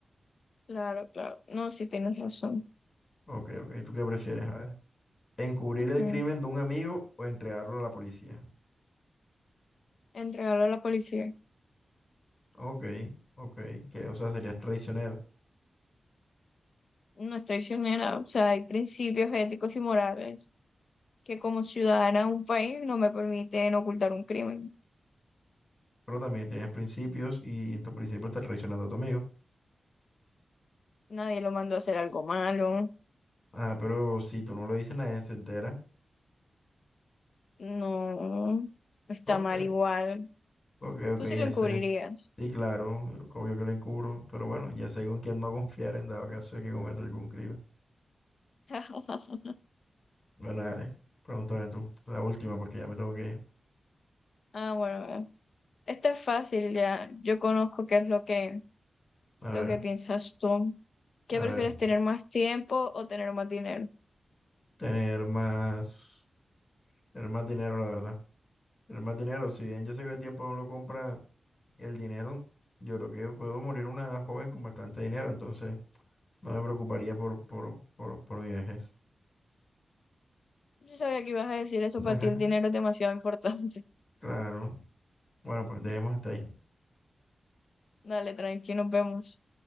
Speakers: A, on the left; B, on the left.
A: claro, claro. No, sí tienes razón.
B: Ok, ok, ¿tú qué prefieres? A ver. Encubrir
A: Ujú.
B: el crimen de un amigo o entregarlo a la policía.
A: Entregarlo a la policía.
B: Ok, ok, que o sea, serías traicionero.
A: No es traicionera, o sea, hay principios éticos y morales. que como ciudadana de un país no me permiten ocultar un crimen.
B: Pero también tienes principios y en tus principios estás traicionando a tu amigo.
A: Nadie lo mandó a hacer algo malo,
B: Ah, pero si tú no lo dices, nadie se entera.
A: no está
B: Ok,
A: mal igual.
B: ok, ok,
A: Tú sí lo
B: ya
A: encubrirías.
B: sé. Sí, claro, obvio que lo encubro, pero bueno, ya sé con quién no confiar en dado caso de que cometa algún crimen.
A: <laughs>
B: Bueno, dale, pregúntame tú, la última porque ya me tengo que ir.
A: Ah, bueno, eh, esta es fácil ya. Yo conozco qué es lo que,
B: A
A: lo
B: ver,
A: que piensas tú. ¿Qué
B: a
A: prefieres
B: ver,
A: tener más tiempo o tener más dinero?
B: tener más, tener más dinero, la verdad. Tener más dinero, si bien yo sé que el tiempo no lo compra el dinero, yo creo que puedo morir una joven con bastante dinero, entonces no me preocuparía por, por, por, por mi vejez.
A: Yo sabía que ibas a decir eso,
B: <laughs>
A: para ti el dinero es demasiado importante.
B: Claro. Bueno, pues dejemos hasta ahí.
A: <laughs> Dale, tranqui, nos vemos.